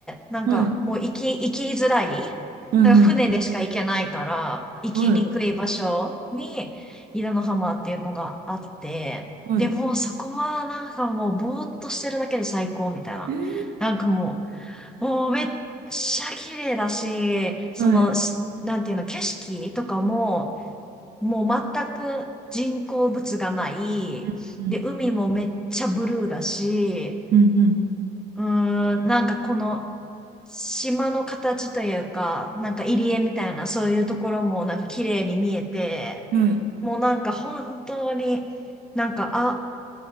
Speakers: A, in the centre; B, on the right.
A: なんか、
B: はい、
A: もう行き、行きづらい。
B: はい、
A: なんか船でしか行けないから、
B: はい、
A: 行きにくい場所に、
B: はい、
A: 稲の浜っていうのがあって、
B: はい、
A: でも、そこはなんかもう、ぼーっとしてるだけで最高みたいな。
B: えー、
A: なんかもう、もうめっちゃ綺麗だし、その、
B: はい、
A: しなんていうの、景色とかも、もう全く人工物がない。
B: うん、うん、
A: で、海もめっちゃブルーだし、
B: うん、
A: うーん、なんかこの島の形というか、なんか入り江みたいなそういうところもなんか綺麗に見えて、
B: うん、はい、
A: もうなんか本当になんか、あ、